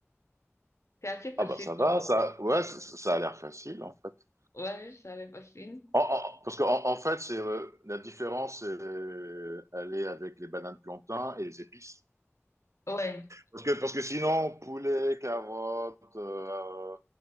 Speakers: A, on the left (about 70°); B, on the right (about 85°).
A: C'est assez facile
B: Ah bah ça va,
A: comme repas.
B: ça, ouais, c- ça a l'air facile en fait.
A: Ouais, ça va être facile.
B: En- en- parce qu'en en fait, c'est euh, la différence, c'est, euh, elle est avec les bananes plantains et les épices.
A: Ouais,
B: Parce que, parce que sinon, poulet, carottes, euh,